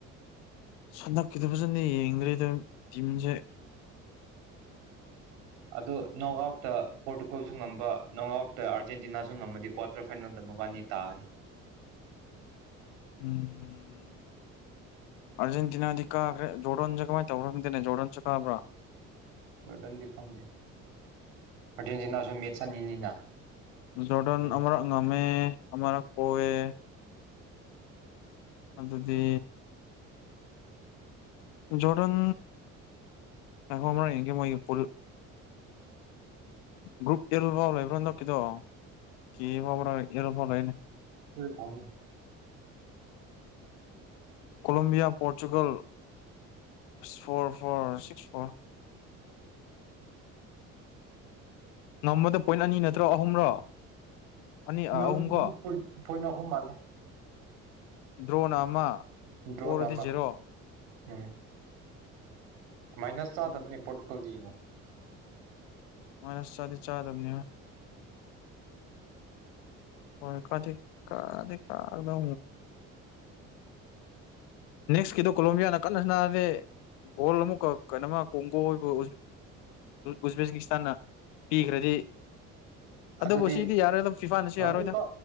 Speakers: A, on the left; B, on the right.
A: ꯁꯟꯗꯛꯀꯤꯗ ꯐꯖꯅ ꯌꯦꯡꯗ꯭ꯔꯦꯗ ꯇꯤꯝꯁꯦ
B: ꯑꯗꯣ ꯅꯣꯡ ꯑꯥꯎꯠꯇ ꯄꯣꯔꯇꯨꯒꯜꯁꯨ ꯉꯝꯕ ꯅꯣꯡ ꯑꯥꯎꯠꯇ ꯑꯥꯔꯖꯦꯟꯇꯤꯅꯥꯁꯨ ꯉꯝꯃꯗꯤ ꯀ꯭ꯋꯥꯔꯇꯔ ꯐꯥꯏꯅꯦꯜꯗ ꯃꯕꯥꯅꯤ ꯇꯥꯅꯤ
A: ꯎꯝ ꯑꯔꯖꯦꯟꯇꯤꯅꯥꯗꯤ ꯀꯥꯈ꯭ꯔꯦ ꯖꯣꯔꯣꯟꯟ ꯆ ꯀꯃꯥꯏ ꯇꯔꯗꯅꯦ ꯖꯣꯔꯣꯟ ꯆ ꯀꯥꯕ꯭ꯔꯥ
B: ꯣꯔꯗꯟꯗꯤ ꯈꯪꯗꯦ ꯑꯥꯔꯖꯦꯟꯇꯤꯅꯥꯁꯨ ꯃꯦꯠꯁ ꯑꯅꯤꯅꯤꯅ
A: ꯖꯣꯔꯗꯦꯟ
B: ꯎꯝ
A: ꯑꯃꯔ ꯉꯃꯦ ꯑꯃꯔ ꯀꯣꯑꯦ ꯑꯗꯨ ꯑꯗꯨꯗꯤ ꯖꯣꯔꯦꯟ ꯑꯣ ꯑꯃꯔ ꯌꯦꯡ ꯃ ꯄꯨ ꯭ꯔꯨꯞ ꯑꯦꯜ ꯐꯥꯎ ꯂꯩꯕ꯭ꯔꯥ ꯅ ꯅꯣ ꯀꯦꯗꯣ ꯀ ꯐꯥꯎꯕ꯭ꯔꯥ ꯑꯦꯔ ꯐꯥꯎ ꯂꯩꯅꯦ
B: ꯐ ꯐꯥꯎꯅꯤ
A: Colombia Portugal four four six four ꯅꯝꯕꯗ ꯄꯣꯏꯟ ꯑꯅꯤ ꯅꯠꯇ꯭ꯔꯣ ꯑꯍꯨꯝꯔꯣ ꯑꯅꯤ ꯑꯍꯨꯝꯀꯣ
B: ꯅꯝꯕꯨꯒꯤꯣꯏ ꯄꯣꯏꯅꯍꯨꯝ ꯃꯥꯜꯂꯦ
A: ꯗ꯭ꯔꯣꯟ ꯑꯃ ꯑꯣꯏꯔꯗꯤ
B: ꯗ꯭ꯔꯣꯅ ꯑꯃ
A: ꯖꯔꯣ
B: ꯎꯝ ꯃꯥꯏꯅꯁ ꯆꯥꯗꯕꯅꯦ
A: ꯎꯝ
B: ꯄꯣꯔꯇꯨꯀꯣꯜꯗꯤ ꯌꯦꯡꯉꯣ
A: ꯃꯥꯅꯁ ꯆꯗꯤ ꯆꯥꯗꯕꯅꯤ ꯍꯣꯏ ꯀꯗꯤ ꯀꯗꯤ ꯀꯗ ꯅꯦꯛꯁꯀꯤꯗꯣ ꯀꯣꯂꯣꯝꯕꯤꯌꯥꯅ ꯀꯟꯅ ꯁꯅꯥꯁꯦ ꯒꯣꯜ ꯑꯃꯨꯛꯀ ꯀꯩꯅꯃ ꯀꯣꯡꯒꯣꯕ ꯎꯖꯕꯦꯀꯤꯁꯇꯥꯟꯅ ꯄꯤꯈ꯭ꯔꯗꯤ ꯑꯗꯨꯕꯨ
B: ꯑꯗꯨꯗꯤ
A: ꯁꯤꯗꯤ ꯌꯥꯔꯣꯏꯗ ꯐꯤꯐꯥꯅꯁꯨ ꯌꯥꯔꯣꯏꯗ
B: ꯍꯧꯖꯤꯛꯀꯣ